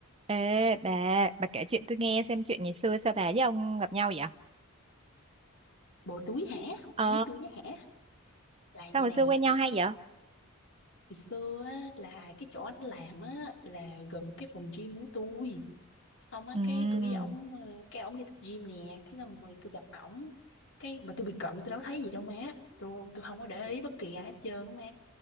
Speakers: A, on the right (about 25°); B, on the left (about 60°).
A: Ê bà, bà kể chuyện tôi nghe xem chuyện ngày xưa sao bà với ông gặp nhau vậy?
B: bộ túi hả bộ
A: Ờ,
B: túi túi hả là
A: sao
B: vậy
A: hồi
B: nè
A: xưa quen nhau hay vậy?
B: ngày xưa á, là cái chỗ anh làm á là gần cái phòng gym của tôi xong á
A: Ừ,
B: cái tôi với ổng ờ, cái ổng đi tập gym nè cái xong rồi tôi gặp ổng cái mà tôi bị cận tôi đâu thấy gì đâu má tôi tôi không có để ý bất kỳ ai hết trơn á má